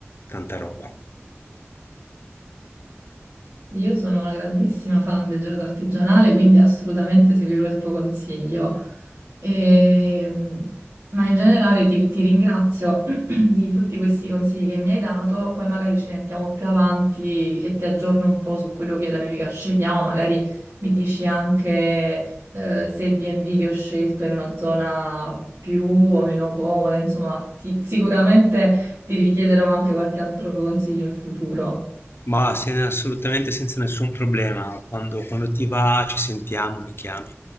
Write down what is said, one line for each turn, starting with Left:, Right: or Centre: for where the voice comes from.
Left: tanta roba.
Right: Io sono una grandissima fan del gelato artigianale, quindi assolutamente seguirò il tuo consiglio. Ehm, ma in generale ti, ti ringrazio <clears throat> di tutti questi consigli che mi hai dato, poi magari ci sentiamo più avanti e ti aggiorno un po' su quello che è la mia amica scegliamo, magari mi dici anche eh, se il B&B che ho scelto è in una zona più o meno comoda, insomma, ti- sicuramente ti richiederò anche qualche altro consiglio in futuro.
Left: Ma se- assolutamente senza nessun problema. Quando, quando ti va, ci sentiamo, mi chiami.